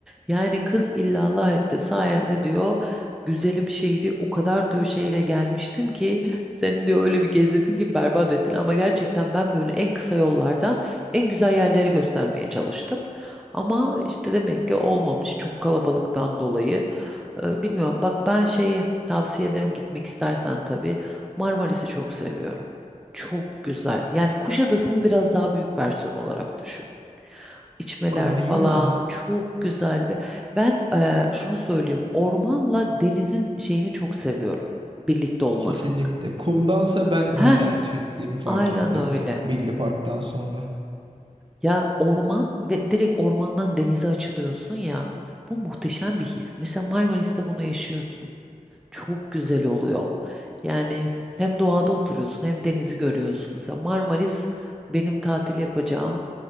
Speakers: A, in the centre; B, on the right.
A: Yani kız illallah etti sayende diyor güzelim şehri o kadar diyor şeyle gelmiştim ki <laughs> seni diyor öyle bir gezdirdin ki berbat ettin ama gerçekten ben böyle en kısa yollardan en güzel yerleri göstermeye çalıştım. Ama işte demek ki olmamış çok kalabalıktan dolayı. Ee, bilmiyorum. Bak ben şeyi tavsiye ederim gitmek istersen tabii. Marmaris'i çok seviyorum. Çok güzel. Yani Kuşadası'nın biraz daha büyük versiyonu olarak düşün. İçmeler
B: kadar
A: falan
B: iyi mi ya?
A: çok güzel ve ben eee, şunu söyleyeyim. Ormanla denizin şeyini çok seviyorum. Birlikte olmasını.
B: Kesinlikle. Kumdansa ben onu
A: Heh,
B: tercih ettiğimi fark
A: aynen
B: ettim.
A: öyle.
B: Milli Park'tan sonra.
A: Ya orman ve direkt ormandan denize açılıyorsun ya. Bu muhteşem bir his. Mesela Marmaris'te bunu yaşıyorsun. Çok güzel oluyor. Yani hem doğada oturuyorsun hem denizi görüyorsun. Mesela Marmaris benim tatil yapacağım